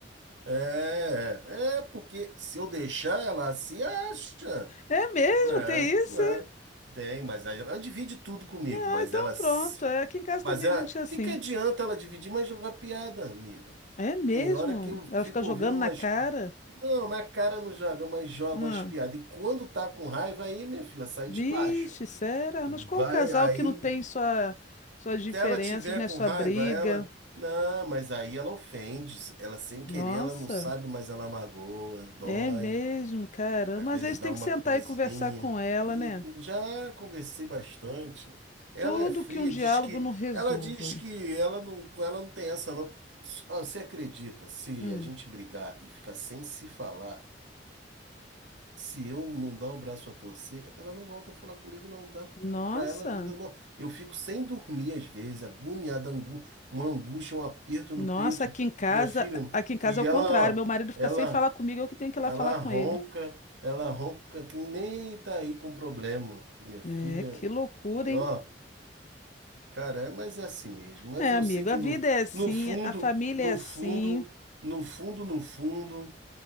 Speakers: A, on the right; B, on the left.
A: É, é porque se eu deixar ela se acha,
B: É mesmo,
A: né,
B: tem isso?
A: né,
B: é?
A: tem, mas aí ela divide tudo comigo,
B: Ah,
A: mas
B: então
A: ela, s-
B: pronto. É, aqui em casa
A: mas
B: também
A: é,
B: a gente é assim.
A: que que adianta ela dividir, mas jogar piada, amiga?
B: É mesmo?
A: Tem hora que eu fico
B: Ela fica jogando
A: ouvindo umas,
B: na cara?
A: co- não, na cara não joga, mas joga
B: Não.
A: umas piadas, e quando tá com raiva, aí minha filha sai
B: Vixe,
A: de baixo,
B: será?
A: vai,
B: Mas qual casal
A: aí,
B: que não tem sua, suas diferenças,
A: se ela tiver
B: né?
A: com
B: Sua
A: raiva,
B: briga?
A: ela, não, mas aí ela ofende, ela sem
B: Nossa.
A: querer, ela não sabe, mas ela magoa, dói.
B: É mesmo, caramba.
A: Às
B: Mas
A: vezes
B: eles
A: dá
B: têm
A: uma
B: que sentar
A: dorzinha.
B: e conversar com ela,
A: E
B: né?
A: já conversei bastante. Ela
B: Tudo
A: é fria,
B: que um diálogo
A: diz que
B: não resolva.
A: ela diz que ela não, com ela não tem essa não. S- ó, Você acredita, se
B: Hum.
A: a gente brigar e ficar sem se falar, se eu não dar o braço a torcer, ela não volta a falar comigo não, tá?
B: Nossa,
A: Pra ela a vida não. Eu fico sem dormir às vezes, agoniada, angu... uma angústia, um aperto
B: nossa,
A: no peito,
B: aqui em casa,
A: minha filha.
B: aqui em casa
A: E
B: é o contrário.
A: ela,
B: Meu
A: ó,
B: marido fica
A: ela
B: sem falar comigo, eu que tenho que
A: ela
B: ir lá falar com
A: ronca,
B: ele.
A: ela ronca que nem tá aí com problema, minha filha.
B: É, que loucura,
A: E ó,
B: hein?
A: cara, é- mas é assim mesmo. Mas
B: É,
A: eu
B: amigo,
A: sei que
B: a vida
A: no,
B: é assim,
A: no fundo,
B: a família
A: no
B: é assim.
A: fundo, no fundo, no fundo,